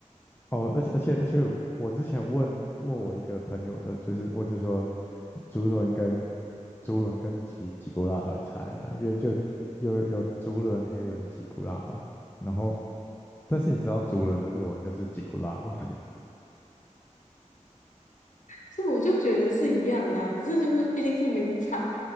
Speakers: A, on the left; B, on the left.
A: 哦，而且而且而且，我之前问问我一个朋友，他就是我就说竹轮跟竹轮跟吉吉古拉到底差在哪里因为就有有竹轮、黑轮、吉古拉嘛。然后，但是你知道竹轮的日文就是吉古拉吗？
B: 所以我就觉得是一样的啊，只是就是毕竟是名产嘛，